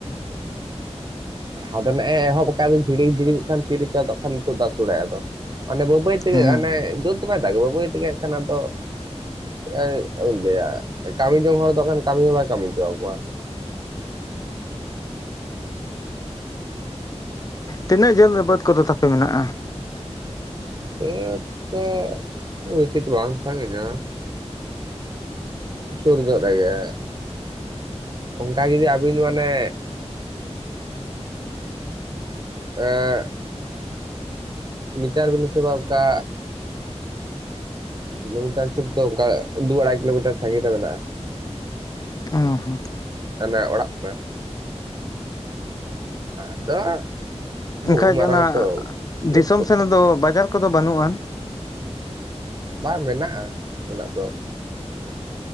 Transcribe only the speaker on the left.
ᱦᱩᱸ
ᱛᱤᱱᱟᱹᱜ ᱡᱷᱟᱹᱞ ᱨᱮ ᱵᱟᱹᱫ ᱠᱚᱫᱚ ᱛᱟᱯᱮ ᱢᱮᱱᱟᱜ-ᱟ?
ᱚ ᱦᱚᱸ᱾
ᱮᱱᱠᱷᱟᱡ
ᱚᱱᱟ
ᱫᱤᱥᱚᱢ
ᱥᱮᱱ ᱟᱫᱚ ᱵᱟᱡᱟᱨ ᱠᱚᱫᱚ ᱵᱟᱹᱱᱩᱜ ᱟᱱ᱾